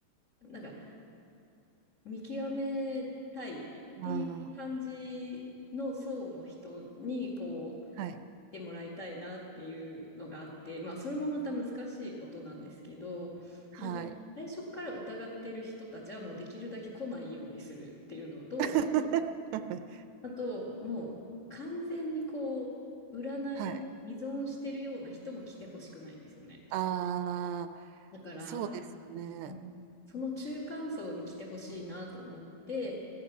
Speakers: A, on the left; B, on the right.
A: なんか見極めたいっていう感じの層の人にこう
B: あ、ああ、はい、
A: 来てもらいたいなっていうのがあって、まあそれもまた難しいことなんですけど、
B: はい。
A: なんか最初から疑ってる人たちはもうできるだけ来ないようにするっていうのと、
B: <laughs>
A: あともう完全にこう占いに依存してるような人も来てほしくないんですよね。
B: はい。ああ、
A: だから、
B: そうですね。
A: うんその中間層に来てほしいなと思って、